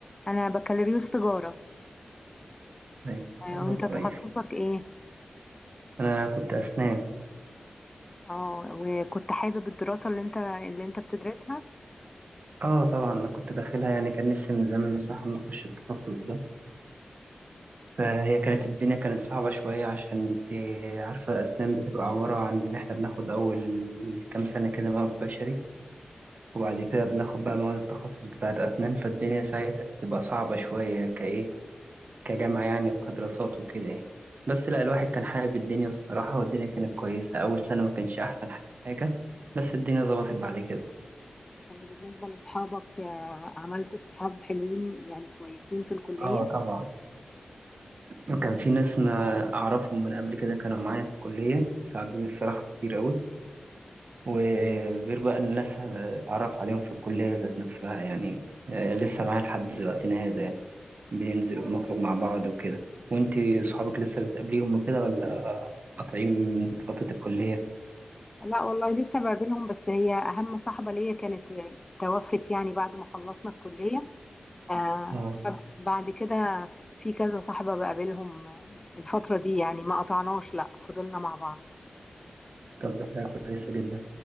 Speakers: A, on the left (about 15°); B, on the right (about 55°).
A: انا بكالوريوس تجاره
B: طيب
A: آه،
B: الله
A: وانت
B: كويس
A: تخصصك ايه
B: انا كنت اسنان
A: اه وكنت حابب الدراسه اللي انت اللي انت بتدرسها
B: اه طبعا انا كنت داخلها يعني كان نفسي من زمان بصراحه ان اخش التخصص ده فهي كانت الدنيا كانت صعبه شويه عشان انت عارفه الاسنان بتبقى عباره عن ان احنا بناخد اول كام سنه كده مواد بشري وبعد كده بناخد بقى مواد التخصص بتاعت أسنان فالدنيا ساعتها بتبقى صعبة شوية كإيه كجامعة يعني وكدراسات وكده يعني بس لا الواحد كان حابب الدنيا الصراحة والدنيا كانت كويسة أول سنة ما كانش أحسن حاجة بس الدنيا ظبطت بعد كده
A: طب وبالنسبة لأصحابك آه، عملت صحاب حلوين يعني كويسين في الكلية؟
B: اه طبعا وكان في ناس ما أعرفهم من قبل كده كانوا معايا في الكلية ساعدوني الصراحة كتير أوي وغير بقى إن ناس اتعرف عليهم في الكلية ذات نفسها يعني آه، لسه معايا لحد وقتنا هذا يعني. بننزل وبنخرج مع بعض وكده وانتي صحابك لسه بتقابليهم وكده ولا قاطعين فترة الكلية؟
A: لا والله لسه بقابلهم بس هي أهم صاحبة ليا كانت آه، توفت يعني بعد ما خلصنا الكلية آه،
B: اه
A: فبعد كده في كذا صاحبة بقابلهم آه، الفترة دي يعني ما قطعناش لا فضلنا مع بعض
B: طب ده حاجة كويسة جدا